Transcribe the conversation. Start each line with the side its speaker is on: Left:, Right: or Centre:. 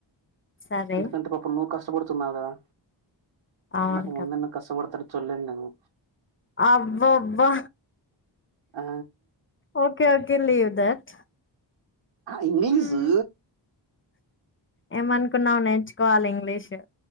Left: సరే
Right: అ కంటపప్పున్నో కాస్ కష్టపడుతున్నారు కదా
Left: అవును
Right: ఉన్న ఉన్నత కస్తపెడుతాడు వెళ్లేందమో
Left: అబ్బో అబ్బో
Right: ఆ
Left: ఓకే ఓకేలీవ్ దట్
Right: ఇంగ్లీషు
Left: ఉమ్ ఏమనుకున్నావు నేర్చుకోవాలి ఇంగ్లీషు